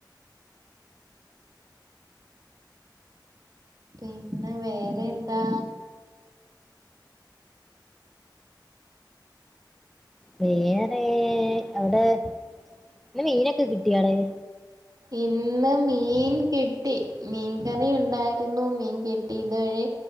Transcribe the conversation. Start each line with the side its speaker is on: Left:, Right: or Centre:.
Right: പിന്നെ വേറെയെന്താ
Centre: വേറെ അവിടെ പിന്നെ മീനൊക്കെ കിട്ടിയാടെയ്
Right: ഇന്ന് മീൻ കിട്ടി മീൻകറി ഉണ്ടായിരുന്നു മീൻ കിട്ടി ഇതുവഴി